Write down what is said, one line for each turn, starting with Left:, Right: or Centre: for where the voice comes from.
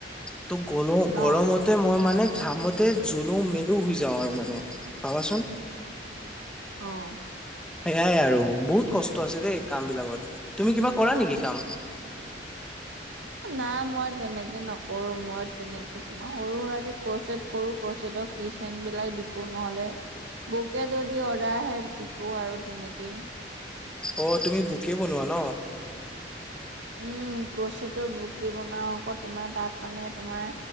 Centre: ত গলো
Right: অ
Centre: গৰমত। মই মানে ঘামতে জ্বল মেলো হৈ যাওঁ, আৰু মানে ভাবাচোন।
Right: অঁহ।
Centre: সেয়াই আৰু বহুত কষ্ট আছে দেই কাম বিলাকত তুমি কিবা কৰা নেকি কাম?
Right: না মই তেনেকে নকৰো মই তেনেকে তোমাৰ সৰু সুৰাকে ক্ৰচড কৰো ক্ৰচছেডক। ৰিচেন্ট বিলাক বিকো নহলে, বকে যদি অৰ্ডাৰ আহে বিকো আৰু তেনেকেই।
Centre: অ তুমি বুকে বনোৱা ন?
Right: উম কৰ্চিটো বকি বনাও আকৌ তোমাৰ তাত মানে তোমাৰ।